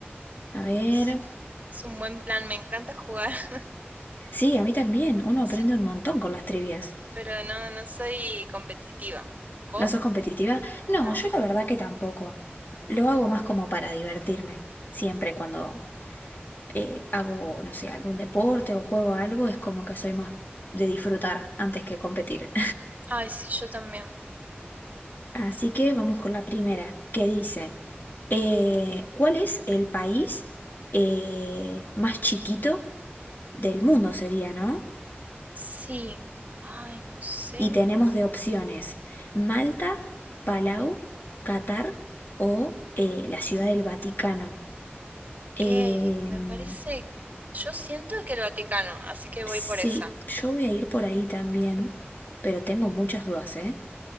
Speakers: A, on the left; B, on the right.
A: A ver.
B: Es es un buen plan, me encanta jugar. <laughs>
A: Sí, a mí también. Uno
B: Sí,
A: aprende un montón con las trivias.
B: Pero no, no soy competitiva. ¿Vos?
A: ¿No sos competitiva? No,
B: No.
A: yo la verdad que tampoco. Lo hago más como para divertirme. Siempre cuando eh, hago, no sé, algún deporte o juego algo, es como que soy más de disfrutar antes que competir.
B: Ay, sí, yo también.
A: <laughs> Así que vamos con la primera, que dice, eh, ¿cuál es el país eh, más chiquito del mundo sería, ¿no?
B: Sí. Ay, no sé.
A: Y tenemos de opciones Malta, Palau, Qatar o eh, la Ciudad del Vaticano.
B: Ok,
A: Em,
B: me parece. Yo siento que el Vaticano, así que voy
A: sí,
B: por esa.
A: yo voy a ir por ahí también, pero tengo muchas dudas, ¿eh?